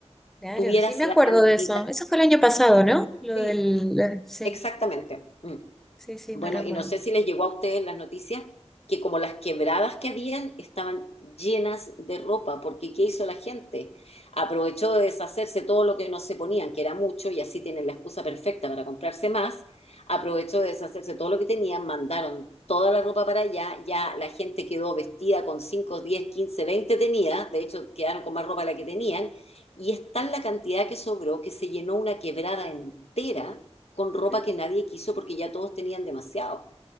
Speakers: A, in the centre; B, on the left.
A: Claro,
B: Tuvieras
A: sí, me
B: la
A: acuerdo
B: cantidad,
A: de eso. Eso fue el año pasado,
B: sí,
A: ¿no? Lo
B: sí,
A: del... la- Sí,
B: exactamente. Mm.
A: sí, sí,
B: Bueno,
A: me recuerdo.
B: y no sé si les llegó a ustedes las noticias que como las quebradas que habían estaban llenas de ropa, porque ¿qué hizo la gente? Aprovechó de deshacerse todo lo que no se ponían, que era mucho, y así tienen la excusa perfecta para comprarse más. Aprovechó de deshacerse todo lo que tenían, mandaron toda la ropa para allá, ya la gente quedó vestida con 5, 10, 15, 20 tenía, de hecho quedaron con más ropa de la que tenían, y es tal la cantidad que sobró que se llenó una quebrada entera con ropa
A: Mm,
B: que nadie quiso porque ya todos tenían demasiado.